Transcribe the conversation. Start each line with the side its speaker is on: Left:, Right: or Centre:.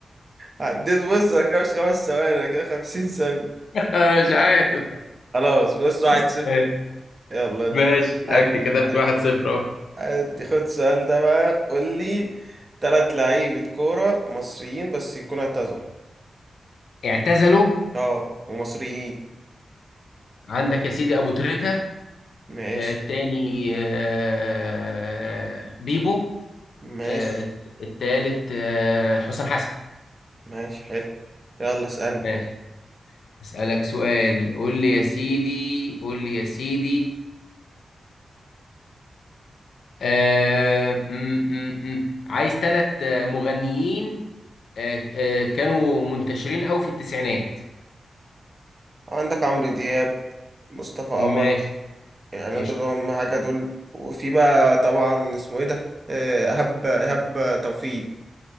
Right: عديت بص انا كده مش خمس ثواني انا كده خمسين ثانية
Left: انا مش عارف
Right: خلاص بص واحد
Left: <laughs>
Right: صفر لي. يلا انت
Left: ماشي
Right: هديك
Left: اكت كتبت
Right: هديك
Left: واحد صفر اهو
Right: هدي خد السؤال ده بقى قول لي تلات لعيبة كورة مصريين بس يكونوا اعتذروا
Left: اعتزلوا
Right: اه ومصريين
Left: عندك يا سيدي ابو تريكة
Right: ماشي
Left: آه، التاني آه، بيبو
Right: ماشي
Left: آه، التالت آه، حسام حسن
Right: ماشي حلو يلا اسألني
Left: ماشي أسألك سؤال قول لي يا سيدي قول لي يا سيدي آه م -م -م. عايز ثلاث مغنيين آه آه كانوا منتشرين أوي في التسعينات
Right: عندك عمرو دياب مصطفى قمر
Left: ماشي
Right: يعني
Left: قشطة
Right: دول هم حاجة دول وفي بقى طبعا اسمه ايه ده آه، إيهاب إيهاب توفيق